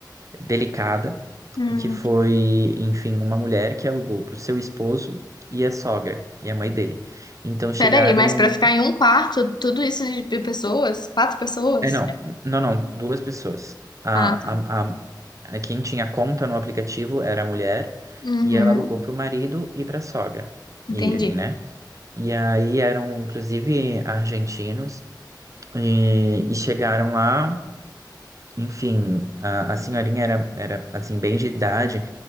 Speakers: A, on the right; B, on the left.
A: delicada,
B: Hum.
A: que foi, enfim, uma mulher que alugou para o seu esposo e a sogra e a mãe dele. Então chegaram
B: Peraí, mas para ficar em um quarto, tudo isso de de pessoas? Quatro pessoas?
A: É, não, não, não, duas pessoas. A,
B: Ah, tá.
A: a, a, a- quem tinha conta no aplicativo era a mulher
B: Uhum.
A: e ela alugou para o marido e para a sogra
B: Entendi.
A: irem, né? E aí eram, inclusive, argentinos e, e chegaram lá, enfim, a, a senhorinha era, era, assim, bem de idade,